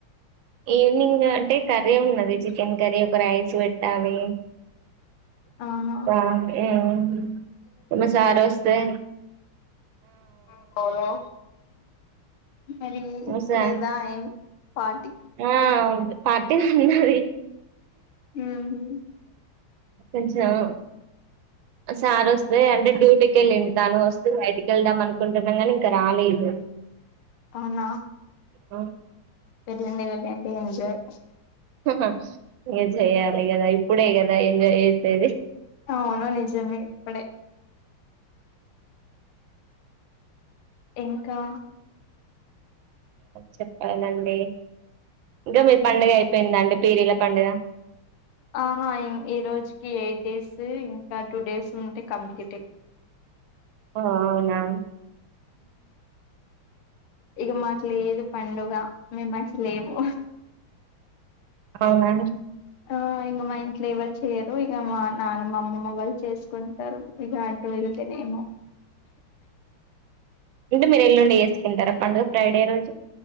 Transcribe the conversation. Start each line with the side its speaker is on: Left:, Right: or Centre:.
Right: ఈవినింగ్ అంటే కర్రీ ఉన్నది చికెన్ కర్రీ ఒక రైస్ పెట్టాలి
Left: ఆహా
Right: ఆ ఉం మా సారు వస్తే
Left: ఆ అవును మరి లేదా ఏం
Right: మా సార్
Left: లేదా ఏమ్ పార్టీ
Right: ఆ ఉంది పార్టీ ఉన్నది
Left: ఉహు
Right: కొంచెం సార్ వస్తే అంటే డ్యూటీకి వెల్లిండ్ తను వస్త బయటికి వెళ్దాం అనుకుంటున్నాం కానీ ఇంకా రాలేదు
Left: అవునా
Right: ఆ
Left: వెళ్ళండి వెళ్ళండి ఎంజాయ్
Right: ఇగా జేయాలి కదా ఇప్పుడే కదా ఎంజాయ్ చేసేది
Left: అవును నిజమే ఇప్పుడే ఇంకా
Right: చెప్పాలండి ఇంకా మీ పండుగ అయిపోయిందండి పీరీల పండుగా
Left: ఆహా ఈ రోజుకి తీసి ఇంకా టూ డేస్ ఉంటే కంప్లీట్
Right: ఆ అవునా
Left: ఇగా మాకు లేదు పండుగ మేము మంచి లేము
Right: అవునా
Left: ఆ ఇంగ మా ఇంట్లో ఎవరూ చేయరు ఇక మా నాన్నమ్మ అమ్మమ్మ వాళ్ళు చేసుకుంటారు ఇక అట అతేనేమో <unintelligible>
Right: అంటే మీరు ఎల్లుండి చేసుకుంటారా పండుగ ఫ్రైడే రోజు